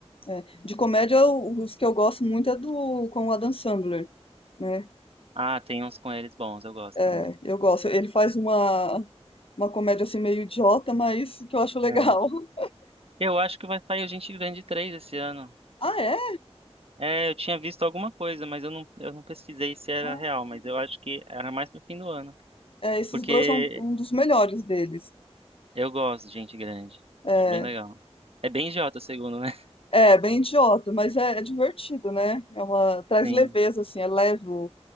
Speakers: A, on the left; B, on the right.
A: é. De comédia, o- os que eu gosto muito é do com o Adam Sandler, né?
B: Ah, tem uns com eles bons, eu gosto
A: É,
B: também.
A: eu gosto. Ele faz uma, uma comédia, assim, meio idiota, mas que eu acho legal.
B: É.
A: <laughs>
B: Eu acho que vai sair o Gente Grande 3 esse ano.
A: Ah, é?
B: É, eu tinha visto alguma coisa, mas eu não, eu não pesquisei se era
A: Ah,
B: real, mas eu acho que era mais pro fim do ano,
A: é, esses
B: porque
A: dois são um dos melhores deles.
B: eu gosto de Gente Grande.
A: É.
B: Acho bem legal. É bem idiota, segundo, né? <laughs>
A: É, bem idiota, mas é, é divertido, né? É uma, traz
B: Sim,
A: leveza, assim, é leve o,